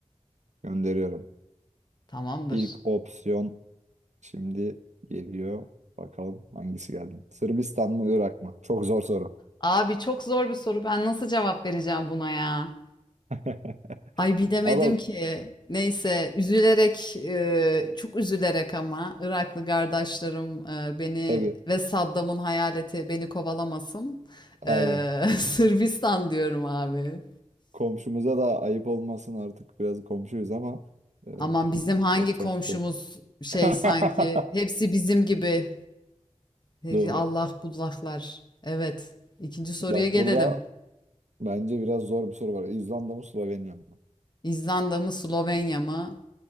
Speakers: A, on the right; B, on the left.
A: Gönderiyorum.
B: Tamamdır.
A: İlk opsiyon şimdi geliyor. Bakalım hangisi geldi. Sırbistan mı Irak mı? Çok zor soru.
B: Abi çok zor bir soru. Ben nasıl cevap vereceğim buna ya?
A: <laughs>
B: Ay bilemedim
A: Ama
B: ki. Neyse üzülerek e, çok üzülerek ama Iraklı kardeşlerim e, beni
A: tabii
B: ve Saddam'ın hayaleti beni kovalamasın.
A: aynen.
B: E, <laughs> Sırbistan diyorum abi.
A: Komşumuza da ayıp olmasın artık biraz komşuyuz ama e,
B: Aman bizim hangi
A: yapacak
B: komşumuz
A: bir şey yok.
B: şey
A: <laughs>
B: sanki hepsi bizim gibi. Hey,
A: Doğru.
B: Allah bullaklar. Evet. İkinci soruya
A: Bak
B: gelelim.
A: burada bence biraz zor bir soru var. İzlanda mı Slovenya mı?
B: İzlanda mı Slovenya mı?